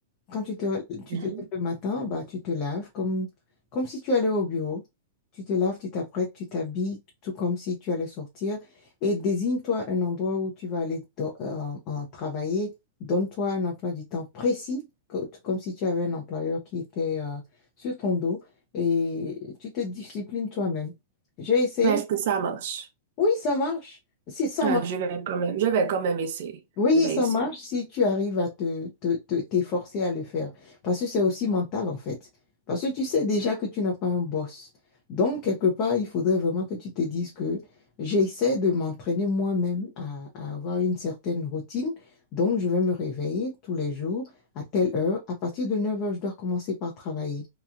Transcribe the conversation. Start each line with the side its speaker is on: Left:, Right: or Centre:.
Left: quand tu te, tu
Right: Mhm.
Left: te lèves le matin, bah, tu te laves comme, comme si tu allais au bureau. Tu te laves, tu t'apprêtes, tu t'habilles, tout comme si tu allais sortir. Et désigne-toi un endroit où tu vas aller do- euh, euh, travailler. Donne-toi un emploi du temps précis, co- tout comme si tu avais un employeur qui était euh, sur ton dos. Et tu te disciplines toi-même. J'ai essayé.
Right: Mais est-ce que ça marche?
Left: Oui, ça marche. Si ça
Right: Ouais,
Left: marche.
Right: je vais quand même, je vais quand même essayer.
Left: Oui,
Right: Je vais
Left: ça
Right: essayer.
Left: marche si tu arrives à te, te, te- t'efforcer à le faire. Parce que c'est aussi mental, en fait. Parce que tu sais déjà que tu n'as pas un boss. Donc, quelque part, il faudrait vraiment que tu te dises que j'essaie de m'entraîner moi-même à, à avoir une certaine routine. Donc, je vais me réveiller tous les jours à telle heure. À partir de 9 heures, je dois commencer par travailler.